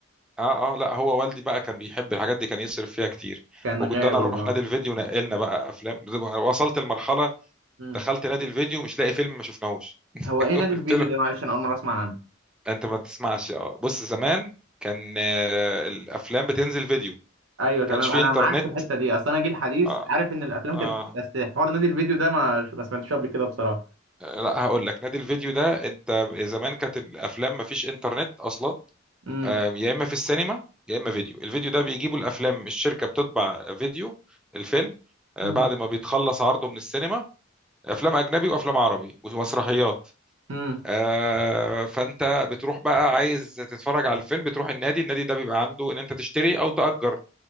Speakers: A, in the centre; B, on the right.
A: اه اه لا هو والدي بقى كان بيحب الحاجات دي كان يصرف فيها كتير
B: كان
A: وكنت
B: غاوي
A: انا اروح
B: اه
A: نادي الفيديو نقلنا بقى افلام وصلت المرحله
B: م.
A: دخلت نادي الفيديو مش لاقي فيلم ما شفناهوش
B: هو
A: <laughs>
B: ايه نادي
A: قلت
B: الفيديو
A: له
B: ده معلش انا اول مره اسمع عنه
A: انت ما تسمعش اه بص زمان كان آه، الافلام بتنزل فيديو
B: ايوه تمام
A: كانش في
B: انا
A: انترنت
B: معاك في الحته دي اصل انا جيل حديث
A: اه
B: عارف ان الافلام
A: اه
B: كانت بس حوار نادي الفيديو ده ما ما سمعتش قبل كده بصراحه
A: لا هقول لك نادي الفيديو ده انت زمان كانت الافلام ما فيش انترنت اصلا
B: امم
A: آه، يا اما في السينما يا اما فيديو الفيديو ده بيجيبوا الافلام الشركه بتطبع فيديو الفيلم آه،
B: امم
A: بعد ما بيتخلص عرضه من السينما افلام اجنبي وافلام عربي ومسرحيات
B: ايوه
A: آه، فانت بتروح بقى عايز تتفرج على الفيلم بتروح النادي النادي ده بيبقى عنده ان انت تشتري او تأجر